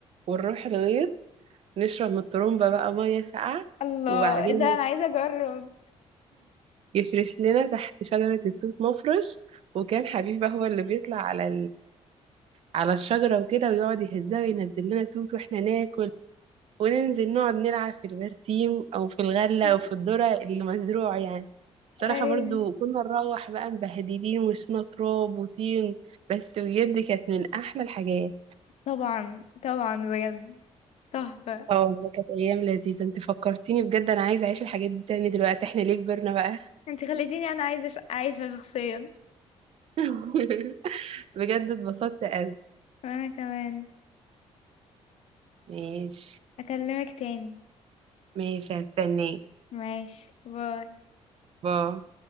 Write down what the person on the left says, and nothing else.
<laughs> الله
ايه ده انا عايزة اجرب
<laughs>
ايوه
طبعا طبعا بجد تحفة
انت خليتيني انا عايزة ش- عايشة شخصيا
وانا كمان
اكلمك تاني
ماشي باي